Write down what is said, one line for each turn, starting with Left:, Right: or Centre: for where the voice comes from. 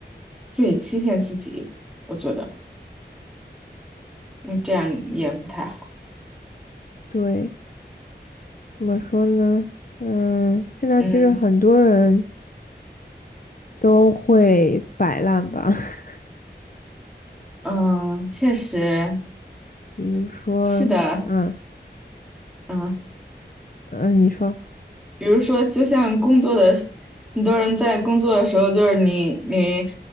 Centre: 自己欺骗自己。我觉得，嗯，这样也不太好。
Left: 对。怎么说呢？嗯，现在其实很多人
Centre: 嗯
Left: 都会摆烂吧，<laughs>
Centre: 嗯，确实
Left: 比如说，
Centre: 是的。
Left: 啊，
Centre: 嗯，
Left: 嗯，你说，
Centre: 比如说，就像工作的时，很多人在工作的时候，就是你你